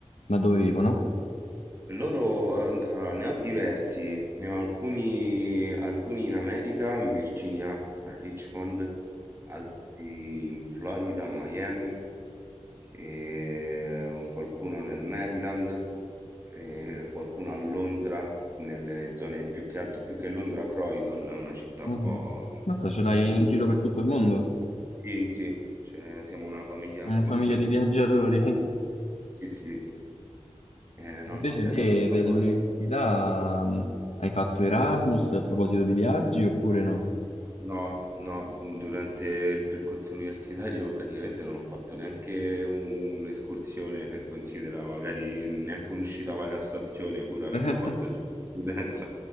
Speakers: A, on the left; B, on the right.
A: Ma dove vivono?
B: Loro, eh, allora, ne ho diversi, ne ho alcuni, alcuni in America, in Virginia, a Richmond, altri in Florida, a Miami, e qualcuno nel Maryland, e qualcuno a Londra, nelle zone più che altro, più che Londra, Croydon, è una città
A: Mhm.
B: un po'...
A: Mazza, ce l'hai in giro per tutto il mondo?
B: Sì, sì, cioè, siamo una famiglia
A: Una
B: <laughs> abbastanza...
A: famiglia di viaggiatori.
B: internazionale.
A: <laughs>
B: Sì, sì, Eh, nonno
A: Invece
B: si era
A: te
B: dato da
A: per l'università
B: fare.
A: mh, hai fatto Erasmus a proposito di viaggi oppure no?
B: No, no, mhmm, durante il percorso universitario praticamente non ho fatto neanche un'escursione, eh, considera magari neanche un'uscita alla Cassazione, pur avendo
A: <laughs>
B: fatto giurisprudenza.